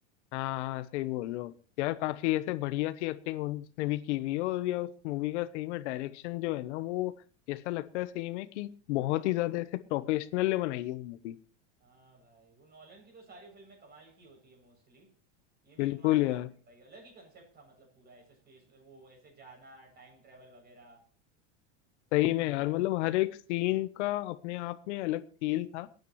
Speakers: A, on the left; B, on the right.
A: हाँ हाँ सही बोल रहे हो यार काफी ऐसे बढ़िया सी एक्टिंग उसने भी की हुई है और यार उस मूवी का सही में डायरेक्शन जो है ना वो ऐसा लगता है सही में कि बहुत ही ज्यादा ऐसे प्रोफेशनल ने बनाई है मूवी
B: हाँ भाई वो नॉलन की तो सारी फिल्में कमाल की होती है मोस्टली ये
A: बिल्कुल
B: भी कमाल
A: यार
B: की थी भाई अलग ही कंसेप्ट था मतलब पूरा ऐसे स्पेस वो ऐसे जाना टाइम ट्रेवल वगैरह
A: सही में यार मतलब हर एक सीन का अपने आप में अलग फील था